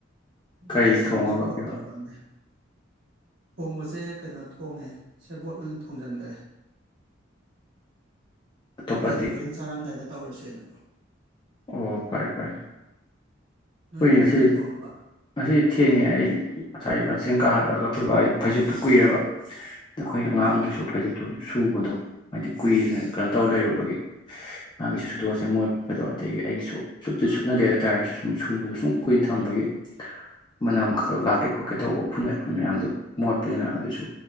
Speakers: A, on the left; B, on the right.
A: ꯀꯔꯤ
B: ꯗꯥ ꯁꯔꯃꯁꯨ
A: ꯊꯣꯡꯉꯒ
B: ꯐꯣꯟ
A: ꯄꯤꯕ
B: ꯇꯧꯔꯛꯑꯝꯃꯦ ꯊꯣꯡꯕꯁꯦ ꯀꯩꯅꯣ ꯊꯣꯡꯉꯦ ꯁꯦꯕꯣꯠ ꯑꯣꯏꯅ ꯊꯣꯡꯖꯤꯟꯒꯔꯦ
A: ꯑꯇꯣꯞꯄꯗꯤ
B: ꯑꯇꯩꯗꯤ ꯍꯣꯔꯦꯟ ꯆꯥꯔꯝꯗꯥꯏꯗ ꯇꯧꯔꯁꯦꯅ
A: ꯑꯣ ꯐꯔꯦ ꯐꯔꯦ
B: ꯅꯣꯏꯒꯤꯗꯤ
A: ꯍꯣꯏꯅꯦ ꯉꯁꯤ
B: ꯀꯩ ꯊꯣꯡꯉꯕ
A: ꯉꯁꯤ ꯊꯦꯡꯉꯦ ꯑꯩ ꯉꯁꯥꯏ ꯀꯆꯦꯡ ꯀꯥꯍꯜꯂꯒ ꯑꯩꯈꯣꯏ ꯕꯥꯒꯤ ꯐꯩꯖꯨꯞꯇꯨ ꯀꯨꯏꯔꯕ ꯑꯩꯈꯣꯏ ꯑꯉꯥꯡꯒꯤꯁꯨ ꯐꯩꯏꯖꯨꯞ ꯗꯨꯏ ꯁꯨꯕꯗꯣ ꯍꯥꯏꯗꯤ ꯀꯨꯏꯅ ꯀꯩꯅꯣ ꯇꯧꯔ ꯂꯩꯔꯨꯕꯒꯤ ꯃꯥꯒꯤꯁꯨ ꯁꯨꯗꯣꯛꯑꯁꯦ ꯃꯣꯠꯄꯗꯣ ꯑꯗꯒꯤ ꯑꯩꯒꯤꯁꯨ ꯁꯨꯞꯇꯤ ꯁꯨꯞꯅꯗꯦ ꯑꯗꯣꯏꯇꯥꯔꯁꯨ ꯁꯨꯝ ꯁꯨꯕꯗꯣ ꯁꯨꯝ ꯀꯨꯏꯅ ꯊꯝꯕꯒꯤ ꯃꯅꯝ ꯈ ꯈꯛ ꯂꯥꯛꯀꯦ ꯈꯣꯠꯀꯦ ꯇꯧꯕ ꯎꯐꯨꯟ ꯃꯏꯐꯨꯟ ꯃꯌꯥꯝꯗꯨ ꯃꯣꯠꯄꯅꯤꯅ ꯑꯗꯨꯁꯨ